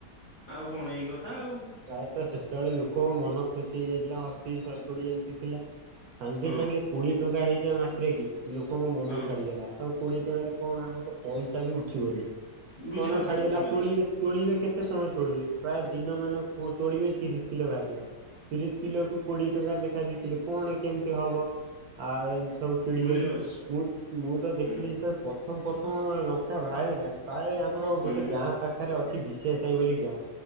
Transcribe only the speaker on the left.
ଆଉ କଣ ଏଇ କଥା ଆଉ।
ହଁ
ହଁ।
ବୁଝିପାରୁଛି
ବୁଝିପାରୁଛି
ବୁଝିପାରୁଛି
ହୁଁ
ହୁଁ